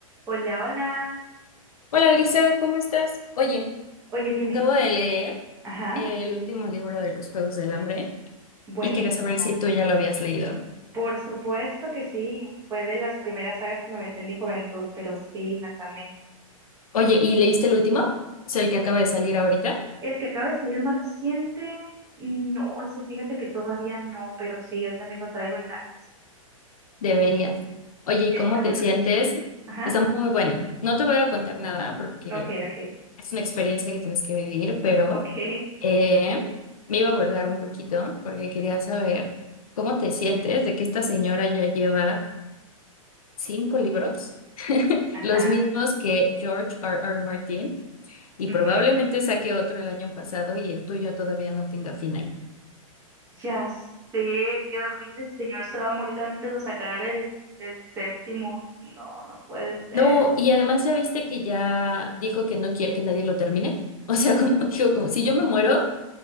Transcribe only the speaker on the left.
Hola Lisa, ¿cómo estás? Oye,
acabo de leer
el último libro de los Juegos del Hambre
y quería saber si tú ya lo habías leído.
Oye, ¿y leíste el último? O sea, el que acaba de salir ahorita.
Deberías. Oye, ¿y
cómo
te sientes?
Está muy bueno. No te voy a contar nada porque
es una experiencia que tienes que vivir, pero
eh, me iba a burlar un poquito porque quería saber cómo te sientes de que esta señora ya lleva cinco libros
Los mismos que George R. R. Martin y
probablemente saque otro el año pasado y el tuyo todavía no tenga final.
No, y además ya viste que ya dijo que no quiere que nadie lo termine. <laughs> O sea, como <laughs> dijo, como si yo me muero,